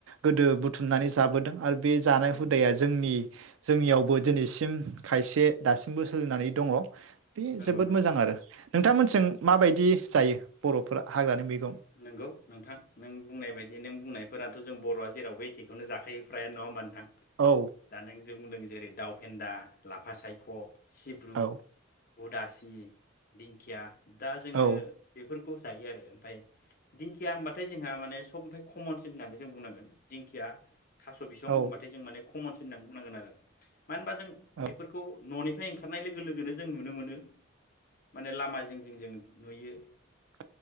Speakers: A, on the right; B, on the left.
A: गोदो बुथुमनानै जाबोदों आरो बे जानाय
B: नंगौ
A: हुदाया जोंनि
B: नंगौ
A: जोंनियावबो दिनैसिम खायसे दासिमबो सोलिनानै दङ बे
B: नंगौ
A: जोबोद
B: नंगौ नोंथां
A: मोजां आरो नोंथांमोननिथिं
B: नंगौ
A: माबायदि? जायो बर'फोरा हाग्रानि मै
B: नोंगौ नोंथां नों बुंनाय बाय दि नों बुंनायफोराथ' जों बर'आ जेरावबो एखेखौनो जाखायो प्रायानो नङा होनबा नोंथां
A: औ
B: दा नों जि बुंदों जेरै दाउ फेन्दा लाफा सायख', सिब्रु
A: औ
B: उदासि, दिंखिया दा जोङो
A: औ
B: बेफोरखौ ज जायो आरो ओमफ्राय दिंखिया होनबाथाय जोंहा माने सबनिफ्राय खमनसिन होननानै जों बुंनांगोन दिंखिया थास' बिसं
A: औ
B: होनबाथाय जों माने ख खमनसिन होननानै बुंनांगोन आरो मानो होनबा जों
A: औ
B: बेफोरखौ न'निफ्राय ओंखारनाय लोगो लोगोनो जों नुनो मोनो माने लामा जिं जिं जों नुयो।
A: औ